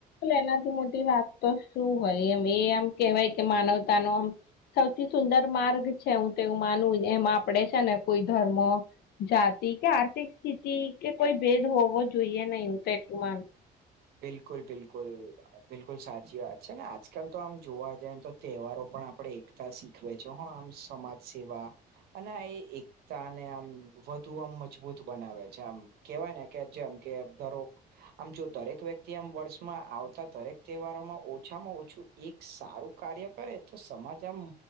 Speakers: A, on the left (about 70°); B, on the right (about 70°).
A: એનાથી મોટી વાત તો શું હોય એમ એ આમ કેવાય કે માનવતાનો આમ સૌથી સુંદર માર્ગ છે હું તો એવું માનું એમાં આપડે છે ને કોઈ ધર્મ જાતિ કે આર્થિક સ્થિતિ કે કોઈ ભેદ હોવો જોઈએ નહીં હું તો એટલું માનું.
B: બિલકુલ બિલકુલ. બિલકુલ સાચી વાત છે ને આજકાલ તો આમ જોવા જાય તો તહેવારો પણ આપણે એકતા શી ખવે છે હ આમ સમાજ સેવા અને આ એ કતાને આમ વધુ આમ મજબૂત બનાવે છે આમ કેવાય ને કે જેમ કે ધરોક આમ જો દરેક એક વ્યક્તિ આમ વર્ષમાં આવતા દરેક તહેવારોમાં ઓછામાં ઓછું એક સારું કાર્ય કરે તો સમાજ આમ